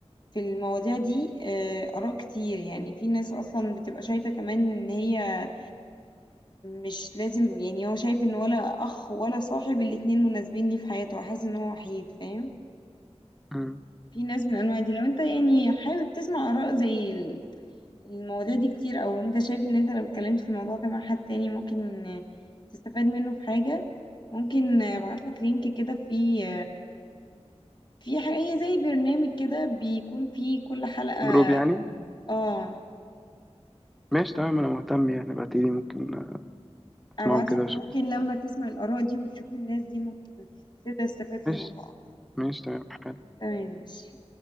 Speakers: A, on the left; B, in the centre.
A: في المواضيع دي آه، آراء كتير يعني في ناس أصلا بتبقى شايفة كمان إن هي مش لازم يعني هو شايف ان ولا اخ ولا صاحب الاتنين مناسبين ليه في حياته حاسس ان هو وحيد فاهم
B: مم.
A: في ناس من انواع دي لو انت يعني حابب تسمع اراء زي ال- المواضيع دي كتير او انت شايف ان انت لو اتكلمت في الموضوع ده مع حد تاني ممكن تستفاد منه في حاجة ممكن ابعت لك لينك كده فيه في حاجة هي زي برنامج كده بيكون فيه كل حلقة
B: جروب يعني
A: اه
B: ماشي تمام انا مهتم يعني بعتيلي ممكن
A: ابعت
B: اسمعهم كده
A: لك
B: واشوف
A: ممكن لما تسمع الاراء دي وتشوف الناس دي ممكن تبدأ تستفاد في
B: ماشي
A: الموضوع
B: ماشي تمام حلو
A: تمام ماشي